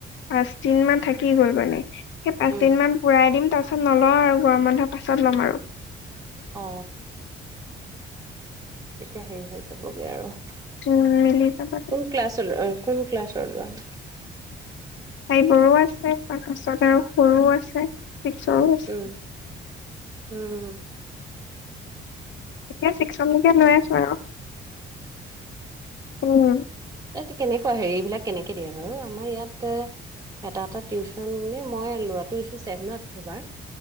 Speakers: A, on the left; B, on the right.
A: পাঁচ দিন মান থাকি গ'ল মানে। সেই পাঁচদিন
B: উম
A: মান পুৰাই দিম তাৰ পাছত নলওঁ আৰু গৰম বন্ধৰ পাছত ল'ম আৰু।
B: অ। এতিয়া হেৰি হৈ যাবগে আৰু
A: উম মিলি যাব
B: কোন ক্লাছ কোন ক্লাছৰ যোৱা নাই
A: ফাইবৰো আছে তাৰ পাছত আৰু সৰুও আছে চিক্সৰো আছে।
B: উম উম।
A: এতিয়া চিকচৰ লেকে
B: দিয়া
A: লৈ আছো আৰু উম
B: ত কেনেকুৱা হেৰিবিলাক কেনেকে দিয়ে বাৰু আমাৰ ইয়াত এটা এটা টিউশচন নে মই ল'ৰাটো দিছো চেভেনত এইবাৰ।